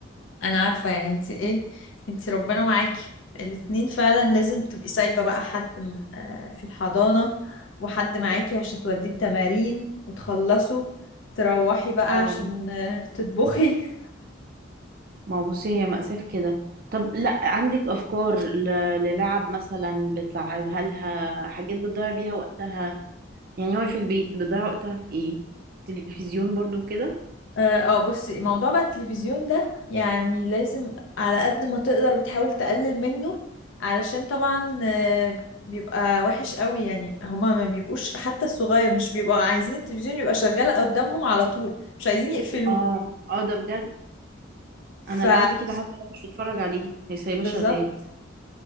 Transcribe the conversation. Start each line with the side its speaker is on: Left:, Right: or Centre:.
Left: انا عارفة يعني انت ايه انت ربنا معاكي الاتنين فعلا لازم تبقي سايبة بقى حد م- آه، في الحضانة وحد معاكي عشان توديه التمارين وتخلصوا تروحي بقى
Right: اه
Left: عشان آه، تطبخي <laughs>
Right: ما هو بصي هي مأساة في كده طب لا عندك افكار ل... للعب مثلا بتلعبها لها حاجات بتضيع بيها وقتها يعني هو في البيت بيضيع وقتها في ايه تلفزيون برضو كده
Left: اه آه، بصي موضوع بقى التلفزيون ده يعني لازم على قد ما تقدر بتحاول تقلل منه علشان طبعا آه، بيبقى وحش قوي يعني هما ما بيبقوش حتى الصغير مش بيبقوا عايزين التلفزيون يبقى شغال قدامهم على طول مش عايزين يقفلوه
Right: اه اه ده بجد
Left: ف
Right: انا اللي عندي كده حتى لو مش بتفرج عليه هي سايباه
Left: بالظبط
Right: شغال